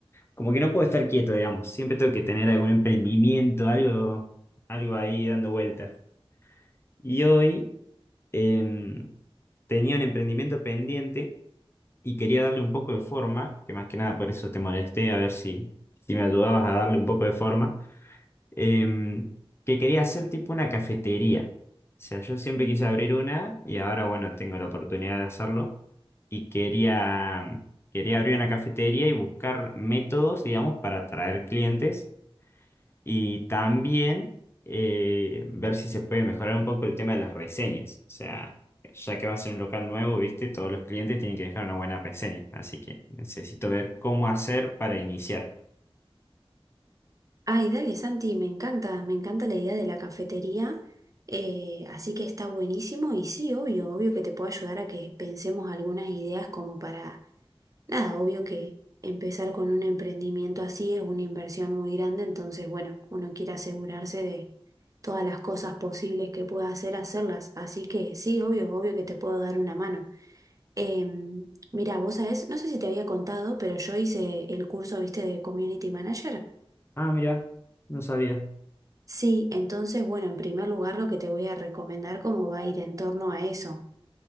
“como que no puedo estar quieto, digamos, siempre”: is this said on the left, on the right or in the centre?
Left